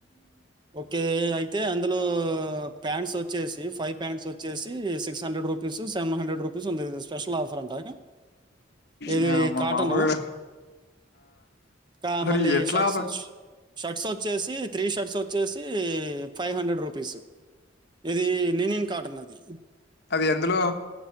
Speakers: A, on the right; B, on the left.
A: ఓకే అయి అయితే అందులో ప్యాంట్స్ వచ్చేసి ఫైవ్ ప్యాంట్స్ వచ్చేసి six hundred rupees seven hundred rupees ఉంటది స్పెషల్ ఆఫర్ అంట ఇది
B: నీ అమ్మ
A: కాటను.
B: మామూలే
A: కా
B: అరే
A: మళ్ళీ
B: ఎట్లా
A: షర్ట్స్
B: రా
A: షర్ట్స్ వచ్చేసి త్రీ షర్ట్స్ వచ్చేసి ఫైవ్ హండ్రెడ్ రూపీస్ ఇది లినిన్ కాటన్ అది
B: అది ఎందులో